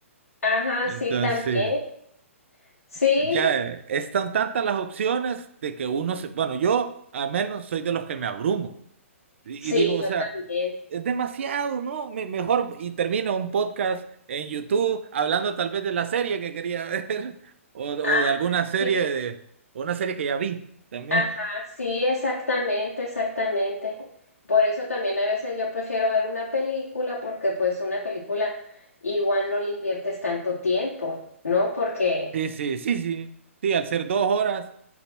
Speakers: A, on the left (about 75°); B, on the right (about 60°).
A: Ajá,
B: <laughs> Entonces,
A: sí, también. Sí,
B: ya eh, están tantas las opciones de que uno se, bueno, yo al menos soy de los que me abrumo. Y,
A: sí,
B: y digo, o
A: yo
B: sea,
A: también.
B: es demasiado, ¿no? Me- mejor, y termino un podcast en YouTube hablando tal vez de la serie que quería ver <laughs> o, o
A: Ah,
B: de alguna serie
A: Sí,
B: de, o una serie que ya vi también.
A: ah, sí, exactamente, exactamente. Por eso también a veces yo prefiero ver una película porque pues una película igual no le inviertes tanto tiempo, ¿no? Porque
B: Sí, sí, sí, sí. Sí, al ser dos horas,